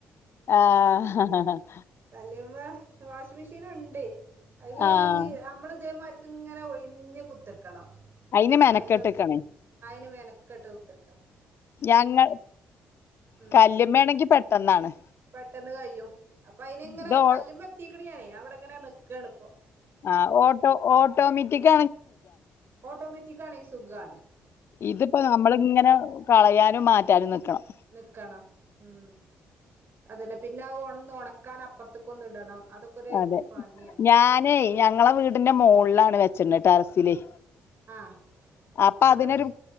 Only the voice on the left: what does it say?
ആഹ ആ
ആഹ്
അയിന് മെനക്കെട്ട്ക്കാണ്
ഞങ്ങ
കല് വേണെങ്കി പെട്ടെന്നാണ്
ഇത് ഓ
ആഹ ഓട്ടോ ഓട്ടോമറ്റക്
ഇതിപ്പോ നമ്മള ഇങ്ങനെ കളയാനും മാറ്റാനും നക്കണം
അതെ
ഞാനേ ഞങ്ങളെ വീടിന്റെ മോുകളിലാണ് വെച്ചിണ്ടട്ട് തറസിലി
അപ്പൊ
അതിനൊരു